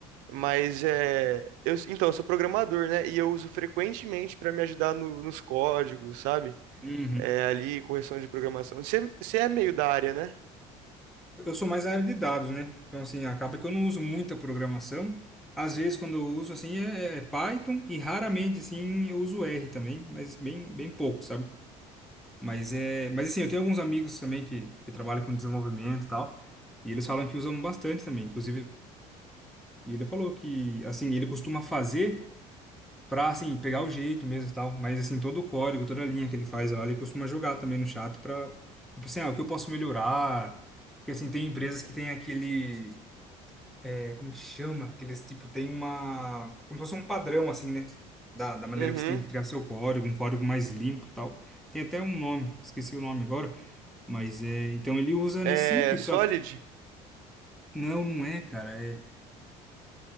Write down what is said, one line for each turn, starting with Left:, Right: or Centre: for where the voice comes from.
Right: Mas é. Eu, então, eu sou programador, né? E eu uso frequentemente para me ajudar no- nos códigos, sabe?
Centre: Uhum.
Right: É, ali, correção de programação. Você você é meio da área, né?
Centre: Eu sou mais da área de dados, né? Então, assim, acaba que eu não uso muita programação. Às vezes, quando eu uso, assim, é, é Python e raramente, assim, eu uso R também, mas bem, bem pouco, sabe? Mas é, mas assim, eu tenho alguns amigos também que, que trabalham com desenvolvimento e tal, e eles falam que usam bastante também, inclusive, e ele falou que assim, ele costuma fazer pra assim pegar o jeito mesmo e tal, mas assim, todo o código, toda a linha que ele faz lá, ele costuma jogar também no chat pra, tipo assim, ah, o que eu posso melhorar? Porque assim, tem empresas que tem aquele é, como que chama? Que eles, tipo, tem uma... Como se fosse um padrão, assim, né? Da, da maneira
Right: Uhum.
Centre: que você tem que criar seu código, um código mais limpo e tal. Tem até um nome, esqueci o nome agora. Mas é... Então ele usa
Right: É
Centre: nesse sentido,
Right: Solid?
Centre: sabe? Não, não é, cara. É...